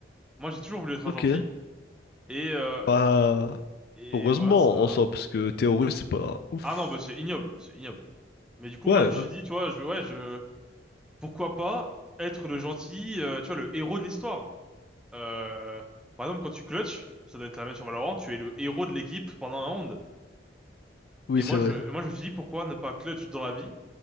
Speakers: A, in the centre; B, on the left.
A: Moi, j'ai toujours voulu être
B: Ok.
A: un gentil. Et, euh,
B: Bah
A: et
B: heureusement
A: voilà, ça...
B: en soi, parce que théorie c'est pas ouf.
A: Ah non, bah, c'est ignoble, c'est ignoble. Mais du coup,
B: Ouais.
A: moi, je me suis
B: euh,
A: dit, tu vois, je, ouais, je... pourquoi pas être le gentil, euh, tu vois, le héros de l'histoire. Euh, par exemple, quand tu clutches, ça doit être la même sur Valorant, tu es le héros de l'équipe pendant un round.
B: Oui,
A: Et moi,
B: c'est vrai.
A: je, moi, je me suis dit, pourquoi ne pas clutch dans la vie